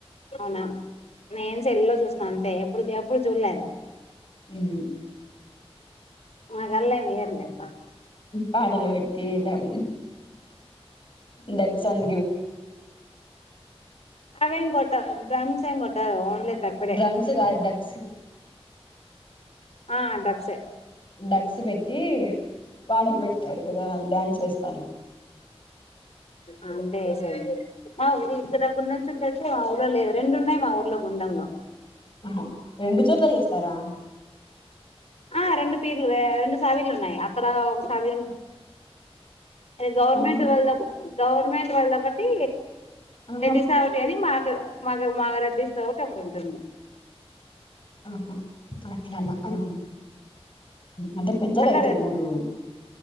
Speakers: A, on the left; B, on the left.
A: అవునా నేన్ సెల్ లో చూసిన అంతే ఎప్పుడు ది ఎప్పుడు చూడ్లే
B: ఉమ్
A: మా దాన్ల ఏం ఎయ్యదులె అక్క
B: పాడలు పెట్టి డం డగ్ సాంగ్
A: అవేం కొట్ట డ్రమ్స్ ఏం గొట్టరు గదా ఓన్లీ ట
B: డ్రమ్స్ కాదు డక్స్
A: ఆ డబ్సె
B: డగ్స్ పెట్టి పాటలు పెడతారు కదా డ్యాన్స్ వేస్తారు
A: అవును మీ ఇంట్ల డగ్ ఉందని చెప్పావ్ తె మా ఊర్లో లేదు రెండు ఉన్నయి మా ఊర్లో గుండంలో
B: ఆహ రెండు చోట్ల చేస్తరా
A: ఆ రెండు పీర్లు వే రెండు సవిడ్లు ఉన్నాయి అక్కడా ఒక సవిడ్ ఉన్ గవర్నమెంట్
B: ఆహా
A: లళ్ల గవర్నమెంట్ వాళ్ళదొకటి
B: ఆహా
A: రెడ్డిసా ఒకటి అని మాట్ మాది మా రెడ్డిస్ దొకటి అక్కడ ఉంటుంది
B: ఆహా అట్లనా ఆహా అంటే పెద్దదయితే
A: అట్లా
B: ఊరు